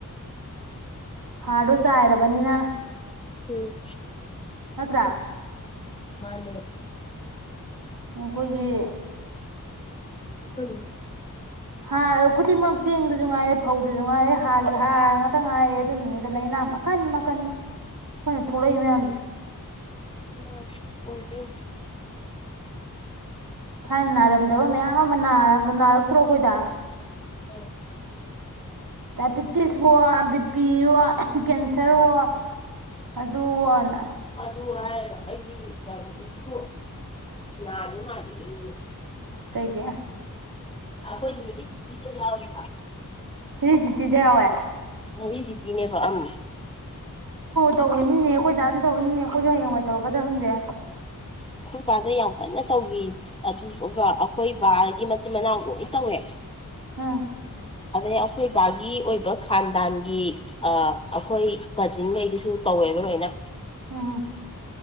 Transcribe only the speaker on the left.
ꯎꯝ
ꯃꯥꯟꯅꯦ
ꯎ
ꯑ ꯑꯣꯏꯗꯣꯏꯅꯦ
ꯑꯧ
ꯑꯗꯨ ꯍꯥꯏꯔꯒ ꯑꯩꯗꯤ ꯗꯥꯏꯕꯤꯇꯤꯁꯕꯨ ꯅꯥꯕ ꯃꯥꯜꯂꯛꯏꯅꯤ
ꯑꯈꯣꯏꯗꯨꯗꯒꯤ <unintelligible>
ꯍꯦꯔꯤꯗꯤꯇꯤꯅꯦꯕ ꯎꯝ
ꯄꯥꯗ ꯌꯥꯝ ꯀꯟꯅ ꯇꯧꯈꯤ ꯑꯗꯨꯒ ꯑꯩꯈꯣꯏ ꯕꯥꯒꯤ ꯃꯆꯤꯟ ꯃꯅꯥꯎ ꯂꯣꯏ ꯇꯧꯋꯦ
ꯑꯗꯩ ꯑꯩꯈꯣꯏ ꯕꯥꯒꯤ ꯑꯣꯏꯕ ꯈꯥꯟꯗꯥꯟꯒꯤ ꯑ ꯑꯩꯈꯣꯏ ꯀꯖꯤꯟꯉꯩꯗꯨꯁꯨ ꯇꯧꯋꯦꯕ ꯂꯣꯏꯅ